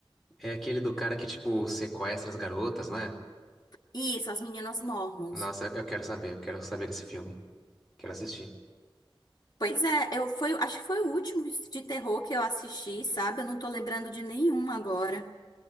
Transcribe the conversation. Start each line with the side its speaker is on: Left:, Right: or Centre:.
Centre: é aquele do cara que, tipo, sequestra as garotas, não é?
Left: Isso, as meninas Mormons.
Centre: Nossa, eu quero saber, eu quero saber desse filme. Quero assistir.
Left: Pois é, eu foi, acho que foi o último de terror que eu assisti, sabe? Eu não tô lembrando de nenhum agora.